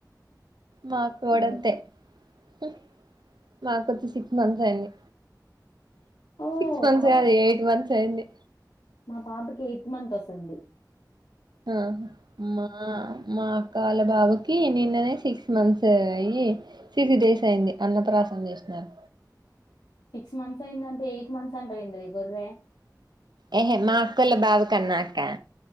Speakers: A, on the right (about 75°); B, on the left (about 80°).
A: మాక్క కూడంతే
B: అందుకు
A: హు మాకొచ్చి సిక్స్ మంత్ అయింది
B: ఓ
A: సిక్స్ మంత్స్
B: పాప
A: కాదు యయిట్ మంత్స్ అయింది
B: మా పాపకి యయిట్మంత్ వసుద్ది
A: ఆహా మ ఆ మా అక్క వాళ్ళ బాబుకి నిన్ననే సిక్స్ మంత్స్ అయ్యి సిక్స్ డేస్ అయింది అన్న ప్ర్రాసన్ చేస్నర్
B: సిక్స్ మంత్స్ అయిందంటె ఎయిట్ మంత్స్ అంటవెంద్రె ఈ గొర్రె
A: ఎహె మా అక్కోళ్ల బాబుకన్నా అక్క